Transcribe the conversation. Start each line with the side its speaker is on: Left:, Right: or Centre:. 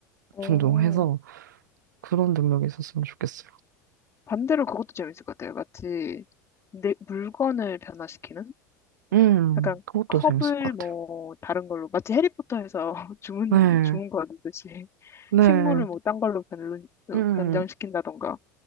Left: 오,
Right: 종종 해서 그런 능력이 있었으면 좋겠어요.
Left: 반대로 그것도 재밌을 것 같아요. 마치 내 물건을 변화시키는?
Right: 음,
Left: 약간
Right: 그것도
Left: 컵을
Right: 재밌을 것
Left: 뭐
Right: 같아요.
Left: 다른 걸로 마치 해리포터에서 <laughs> 주문
Right: 네,
Left: 주문 거두듯이
Right: 네,
Left: 식물을 뭐 딴 걸로 변,
Right: 음,
Left: 변장시킨다던가